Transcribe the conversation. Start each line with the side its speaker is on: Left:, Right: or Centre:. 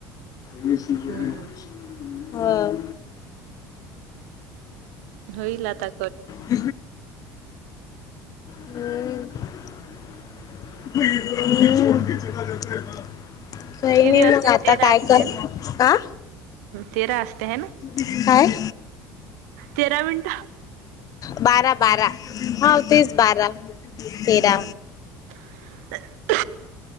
Left: येशील घरी
Right: हम्म.
Left: मग. व्हय.
Right: होईल आता कट
Left: <inaudible> <inaudible> ह्म. <inaudible> <inaudible> काय
Right: किती
Left: नई
Right: असते
Left: मग आता
Right: तेरा
Left: काय
Right: असते
Left: कर, आ.
Right: तेरा असत्या हे ना.
Left: काय? <inaudible>
Right: तेरा मिनिट
Left: बारा- बारा. हा तेच, बारा, तेरा
Right: हम्म. <inaudible>